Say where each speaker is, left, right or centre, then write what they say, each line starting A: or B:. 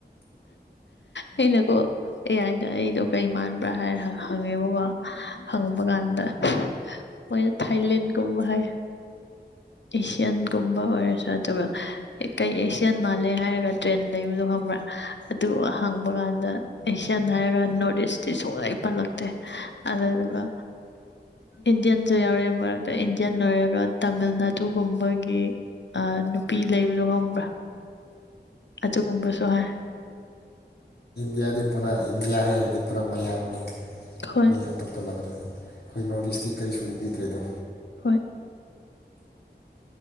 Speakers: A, on the left; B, on the left.
A: ꯑꯩꯅꯀꯣ ꯑꯦ ꯌꯥꯏꯗꯣ ꯑꯩꯗꯣ ꯀꯩ ꯃꯥꯟꯕ꯭ꯔꯥ ꯍꯥꯏꯔ ꯍꯪꯉꯦꯕꯀꯣ ꯍꯪꯕ ꯀꯥꯟꯗ ꯃꯣꯏꯅ ꯊꯥꯏꯂꯦꯟꯒꯨꯝꯕ ꯍꯥꯏ ꯑꯦꯁꯤꯌꯥꯟ ꯒꯨꯝꯕ ꯑꯣꯏꯔꯁꯨ ꯑꯗꯨꯒ ꯀꯩ ꯑꯦꯁꯤꯌꯥꯟ ꯃꯥꯜꯂꯦ ꯍꯥꯏꯔꯒ ꯇ꯭ꯔꯦꯟ ꯂꯩꯕꯗꯣ ꯈꯪꯕ꯭ꯔꯥ ꯑꯗꯨ ꯑꯍꯥꯡꯕ ꯀꯥꯟꯗ ꯑꯦꯁꯤꯌꯥꯟ ꯍꯥꯏꯔꯒ ꯅꯣꯔꯠ ꯏꯁꯇꯤ ꯁꯨꯡꯂꯩ ꯄꯜꯂꯛꯇꯦ ꯑꯗꯨꯗꯨꯒ ꯏꯟꯗꯤꯌꯟꯁꯨ ꯌꯥꯎꯔꯛꯑꯦ ꯃꯔꯛꯇ ꯏꯟꯗꯤꯌꯟ ꯑꯣꯏꯔꯒ ꯇꯥꯃꯤꯜ ꯅꯥꯗꯨꯒꯨꯝꯕꯒꯤ ꯅꯨꯄꯤ ꯂꯩꯕꯗꯣ ꯈꯪꯕ꯭ꯔꯥ ꯑꯗꯨꯒꯨꯝꯕꯁꯨ ꯍꯥꯏ ꯫
B: ꯗꯤꯗꯦ ꯄꯨꯔꯥ ꯏꯟꯗꯤꯌꯥ ꯍꯥꯏꯔꯗꯤ ꯄꯨꯔꯥ ꯃꯌꯥꯡꯅꯤ꯫
A: ꯍꯣꯏ
B: ꯃꯤ ꯑꯇꯣꯞꯄ ꯂꯝꯗꯒꯤ ꯑꯩꯈꯣꯏ ꯅꯣꯔꯠ ꯏꯁꯀꯤ ꯀꯔꯤꯁꯨ ꯎꯕꯤꯗ꯭ꯔꯦꯗꯣ
A: ꯍꯣꯏ꯫